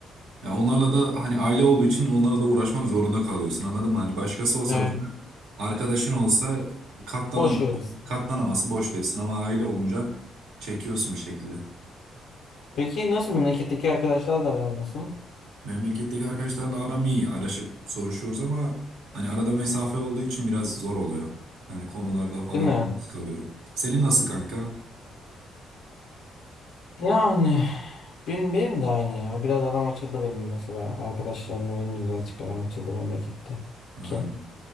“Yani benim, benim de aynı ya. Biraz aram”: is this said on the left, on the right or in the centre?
Left